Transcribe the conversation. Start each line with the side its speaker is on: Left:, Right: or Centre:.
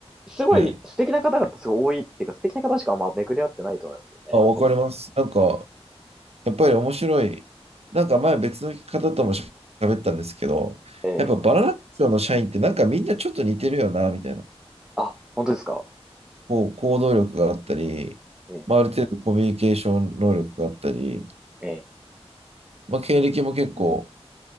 Centre: すごい素敵な方々すごい多いっていうか、
Right: はい。
Centre: 素敵な方しかあんま巡り合ってないと思いますけどね。
Right: あ、わかります。
Centre: この、
Right: なんか、やっぱり面白い。なんか前別の方ともし喋ったんですけど、
Centre: ええ、
Right: やっぱバナナ工場の社員ってなんかみんなちょっと似てるよな、みたいな。
Centre: あ、本当ですか。
Right: こう、行動力があったり、
Centre: ええ
Right: まあ、ある程度コミュニケーション能力があったり、
Centre: ええ、
Right: まあ、経歴も結構